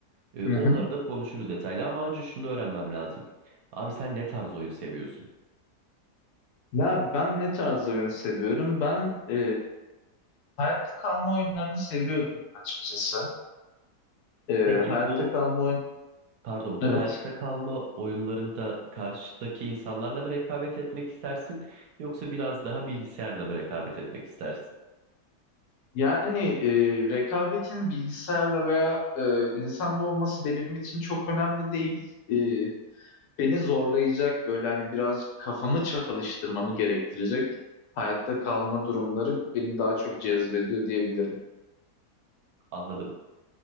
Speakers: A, on the right; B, on the left.
A: E,
B: Hı
A: onları
B: hı.
A: da konuşuruz detaylı ama önce şunu öğrenmem lazım. Abi sen ne tarz oyun seviyorsun?
B: Ya ben ne tarz oyun seviyorum? Ben e, hayatta kalma oyunlarını seviyorum açıkçası. E,
A: Peki
B: hayatta
A: bu
B: kalma oyun...
A: Pardon, bu
B: Evet.
A: hayatta kalma oyunlarında karşıdaki insanlarla mı rekabet etmek istersin yoksa biraz daha bilgisayarla mı rekabet etmek istersin?
B: Yani e, rekabetin bilgisayarla veya e, insanla olması benim için çok önemli değil. E, beni zorlayacak böyle hani birazcık kafamı çalıştırmamı gerektirecek hayatta kalma durumları beni daha çok cezbediyor diyebilirim.
A: Anladım.